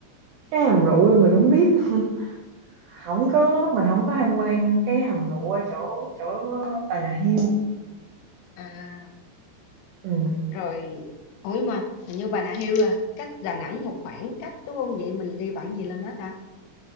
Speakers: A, on the right; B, on the left.
A: cái hầm rượu mình không biết <laughs> không có mình không có tham quan cái hầm rượu ở chỗ chỗ Bà Nà Hills
B: à
A: Ừm.
B: rồi ủa mà hình như Bà Nà Hills là cách Đà Nẵng một khoảng cách đúng không vậy mình đi bằng gì lên đó ta